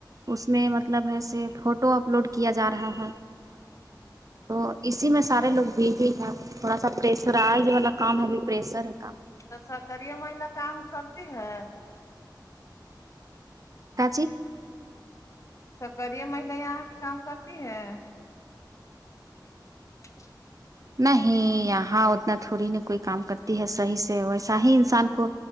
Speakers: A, on the right; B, on the left.
A: اس میں مطلب ہے سے فوٹو اپلوڈ کیا جا رہا ہے تو اسی میں سارے لوگ بیزی ہے تھوڑا سا پریشرائز والا کام ہے ابھی پریسر ہے کا
B: تو سرکاریا مہیلا کام کرتی ہے
A: تاچی
B: سرکریا مہیلا یہاں کی کام کرتی ہے <inaudible>
A: نہیں یہاں اتنا تھوڑی نہیں کوئی کام کرتی ہے صحیح سے ویسا ہی انسان کو